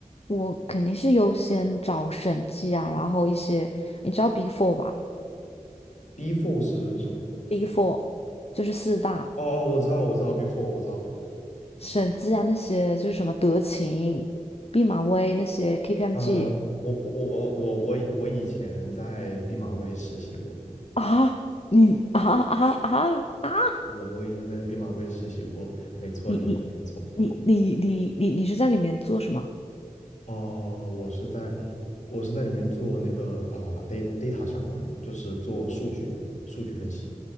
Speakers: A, on the left; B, on the left.
A: 我肯定是优先找审计啊，然后一些你知道 Big Four 吧
B: ？Before 是什么？
A: ？Big Four 就是四大
B: 哦哦，我知道，我知道，before 我知道。
A: 审计啊，那些就是什么德勤、毕马威那些 KPMG
B: 呃，我我我我我以我以前在毕马威实习过，
A: 啊，你啊啊啊啊！
B: 是的，我以前在毕马威实习过，没错，
A: 你你
B: 你没有听错。
A: 你你你你你是在里面做什么？
B: 哦、我是在我是在里面做那个啊、data data 相关的，就是做数据数据分析。